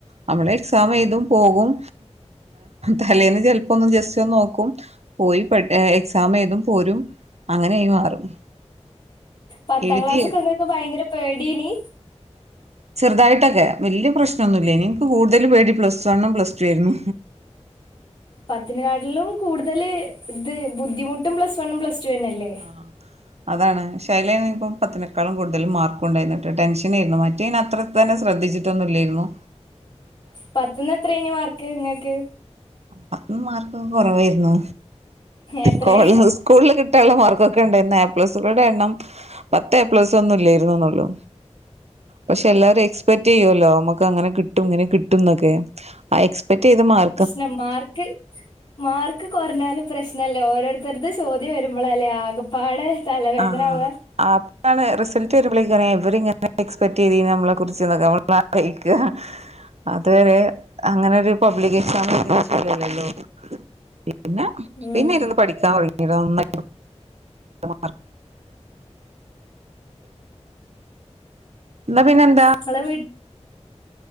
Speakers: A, on the right (about 65°); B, on the left (about 45°).
A: നമ്മള് എക്സാം ഏതും പോകും തലേന്ന് ചെപ്പോ ഒ ജസ്റ്റ് നോക്കും പോയി എക്സാം ഏതും പോരും അങ്ങനെയായി മാറും
B: പത്താം
A: എഴുതി
B: ക്ലാസ്ൊക്കെ നിങ്ങക്ക് ഭയങ്കര പേടിനി
A: ചെറുതായിട്ടൊക്കെ വല്യ പ്രശ്നമൊന്നുല്ലെനി കൂടുതൽ പേടി പ്ലസ് വണ്ണും പ്ലസ് ടു ആയിരുന്നു
B: പത്തിനെ കാട്ടിലും കൂടുതല് ഇത് ബുദ്ധിമുട്ടും പ്ലസ് വണ്ണും പ്ലസ് ടു തന്നെയല്ലേ
A: ആ അതാണ് ശേലെ ഇപ്പ പത്തിനേക്കാൾ കൂടുതൽ മാർക്കുണ്ടായിരുന്നിട്ട് ടെൻഷനേരുന്നു മറ്റേതിനത്ര തന്നെ ശ്രെദ്ധിച്ചിട്ടൊന്നുല്ലെരുന്നു
B: പത്തിൽ എത്ര യാണ് മാർഗ് ഇങ്ങക്ക്
A: പത്തില് മാർക്കൊക്കെ കുറവേരുന്നു
B: എത്രേ
A: കോളേ സ്കൂളില് കിട്ടാനുള്ള മാർ കൊക്കേണ്ടാരുന്ന എ പ്ലസുകളുടെ എണ്ണം പത്തേ എ പ്ലസ് ഒന്നും ഇല്ലെരുന്നുന്നുള്ളൂ പഷേ എല്ലാരും എക്സ്പെക്റ്റ് ചെയ്യുലോ നമുക്കങ്ങനെ കി ട്ടും ഇങ്ങനെ കിട്ടുന്നോക്കെ ആ എക്സ്പെക്റ്റ് ചെയ്ത മാർ
B: ഞാ മാർക്ക്‌ മാർക്ക്‌ കൊറഞ്ഞാലും പ്രശ്നം ന്നല്ലോ ഓരോരുത്തരത് ചോദ്യം വരുമ്പളാലെ ആകപ്പാടെ തലവേദന
A: ആ
B: ആവ
A: അപ്പളേ റിസൽട് വരുമ്പളേക്ക് ഏ ഇവരിങ്ങ് പട്ടെക്സ്പെക്റ്റ് ചെയ്തിന് നമ്മളെക്കുറിച്ച്ന്നൊക്ക കഴിക്ക <unintelligible> അതൊരു അങ്ങനൊരു പബ്ലിക് എക്സാമ് <unintelligible> ഏ
B: ഉം
A: പിന്നെരുന്നു പഠിക്കാൻ തൊടങ്ങി <unintelligible> <unintelligible> ന്നാ പിന്നെന്താ
B: ഇങ്ങളെ